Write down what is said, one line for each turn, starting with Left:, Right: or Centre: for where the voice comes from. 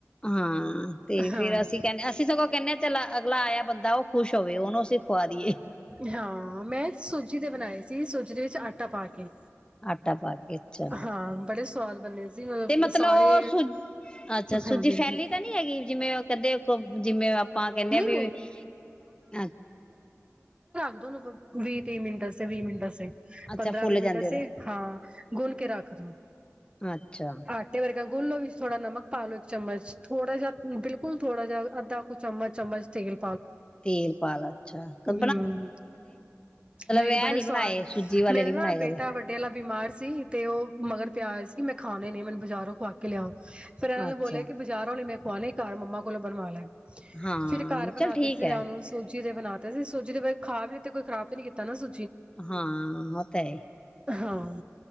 Left: ਹਾਂ, ਤੇ
Right: ਹਾਂ
Left: ਫੇਰ ਅਸੀਂ ਕਹਿੰਦੇ ਅਸੀਂ ਸਗੋਂ ਕਹਿੰਦੇ ਹ ਚ ਅਗਲਾ ਆਇਆ ਬੰਦਾ ਉਹ ਖੁਸ਼ ਹੋਵੇ ਉਹਨੂੰ ਅਸੀਂ ਖਵਾ ਦਈਏ।
Right: <unintelligible> ਹਾਂ ਮੈਂ ਸੂਜੀ ਦੇ ਬਣਾਏ ਸੀ ਸੂਜੀ <unintelligible> ਜਿਹਦੇ ਵਿੱਚ ਆਟਾ ਪਾ ਕੇ
Left: <unintelligible> ਆਟਾ ਪਾ ਕੇ ਅੱਛਾ
Right: ਹਾਂ ਬੜੇ ਸਵਾਦ ਬੰਨੇ ਸੀ
Left: ਤੇ ਮਤਲਬ
Right: ਸਾਰੇ
Left: ਸੂ ਅੱਛਾ
Right: ਹਾਂਜੀ
Left: ਸੂਜੀ
Right: ਹਾਂਜੀ
Left: ਫੈਲੀ ਤਾਂ ਨੀ ਹੈਗੀ ਜਿਵੇਂ ਕਹਿੰਦੇ ਜਿਵੇਂ ਆਪਾਂ ਕਹਿੰਦੇ
Right: ਨਹੀਂ
Left: ਆ ਵੀ
Right: ਨਹੀਂ
Left: ਅ
Right: <unintelligible> ਉੋਨ ਵੀਹ ਤੀਹ ਮਿੰਟ ਸ ਵੀਹ ਮਿੰਟ ਸੀ <unintelligible>
Left: ਅੱਛਾ
Right: ਪੰਦਰਾਂਵੇਂ
Left: ਫੁੱਲ
Right: ਮਿੰਟ
Left: ਜਾਂਦੇ
Right: ਹਾਂ ਗੁੰਨ ਕੇ ਰੱਖ ਦਿ
Left: ਉਹਦਾ ਅੱਛਾ
Right: ਆਠੇ ਵਰ <unintelligible> ਗੰ ਗੁਲੋ ਵਿੱਚ ਥੋੜਾ ਨਮਕ ਪਾਾਲ ਲੋ ਇੱਕ ਚਮ ਥੜਾ ਜਿਹਾ ਬਿਲਕੁਲ ਥੋੜਾ ਜਿਹਾ ਅੱਧਾ ਕੁ ਚਮਚ ਚਮਚ ਤੇਲ
Left: <unintelligible> ਤੇਲ ਪਾ ਅੱਛਾ ਕ
Right: <unintelligible> ਹਮ ਨਹੀਂ
Left: ਇਹ
Right: ਬੜੇ
Left: ਨੀ
Right: ਸਵਾਦ
Left: ਬਣਾਏ ਸੂਜੀ ਵਾਲੇ
Right: ਮੇਰੇ
Left: ਨੀ
Right: ਨਾ
Left: ਬਣਾਏ
Right: ਬੇਟਾ
Left: ਕਦੇ
Right: ਵੱਡਿਆਂ ਵਾਲ ਬਿਮਾਰ ਸੀ ਤੇ ਉਹ ਮਗਰ <unintelligible> ਪਿਆ ਆਇਆ ਸੀ ਮੈਂ ਖਾਣੇ ਨੇ ਮੈਨੂੰ ਬਾਰੋਂ ਖਵਾ ਕੇ ਲਿਆ <unintelligible> ਫਿਰ ਇਹਨਾਂ ਨੂੰ
Left: ਅੱਛਾ
Right: ਬੋਲਿਆ ਕਿ ਬਜ਼ਾਰੋਂ ਨ ਮੈਂ <unintelligible> ਖਣੇ ਘਰ ਮੰਮਾ ਕੋਲ ਬਣਵਾ ਲੈਣ <unintelligible>
Left: ਹਾਂ
Right: ਫਿਰ ਘਰ ਬਣਾਤੇ
Left: ਚੱਲ ਠੀਕ
Right: ਸੀ
Left: ਹੈ
Right: ਮੈਂ ਉਹਨੂੰ ਸੋ <unintelligible> ਚਿਦੇ ਬਣਾਦੇ ਸੀ <unintelligible> ਸੂਜੀ ਦੇ ਬਾਰੇ ਖਾ ਵੀ ਲ ਕੋਈ ਖਰਾਬ ਨੀ ਕੀਤਾ ਨਾ ਸੂ
Left: <unintelligible> ਹਾਂ ਉਹ ਤਾਂ
Right: ਹਾਂ